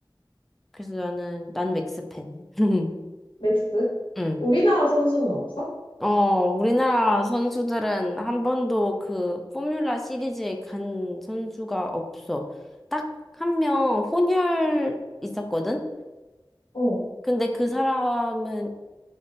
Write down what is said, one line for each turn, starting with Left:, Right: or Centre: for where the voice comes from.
Centre: 그래서 나는 난 맥스팬. <laughs>
Left: 맥스?
Centre: 응.
Left: 우리나라 선수는 없어?
Centre: 어, 우리나라 선수들은 한 번도 그 포뮬라 시리즈에 간 선수가 없어. 딱 한 명 혼혈 있었거든?
Left: 어.
Centre: 근데 그 사람은